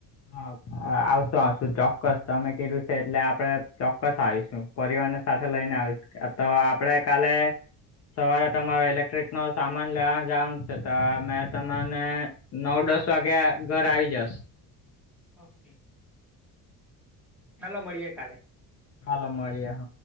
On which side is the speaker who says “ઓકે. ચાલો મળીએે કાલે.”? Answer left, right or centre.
Centre